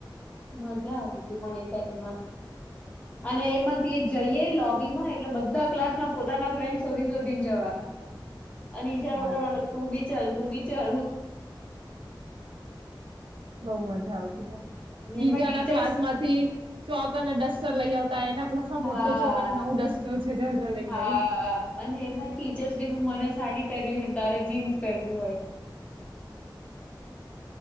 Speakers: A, on the left (about 15°); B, on the right (about 90°).
A: મજા આવતી હતી પણ એ ટાઈમમાં અને એમાંથી જઈએ લોબી માં એટલે બધા ક્લાસમાં પોતાના ફ્રેન્ડ શોધી શોધીને જવાના અને ઇશારો
B: હા
A: કરવાનો
B: યાર
A: તું બી ચલ તું બી ચલ
B: બઉ મજા આવતી બીજાના
A: એમાં ટીચર્સ
B: ક્લાસ માંથી ચોક અને ડસ્ટર લઈ આવતા એના ક્લાસમાં
A: હા
B: મોટો ચોક અને નવું ડસ્ટર છે જ લઈ
A: હા
B: આઈ
A: અને એમાં ટીચર્સ ડેમાં મને સાડી પહેરવી હોય તારે જીન્સ પહેરવું હોય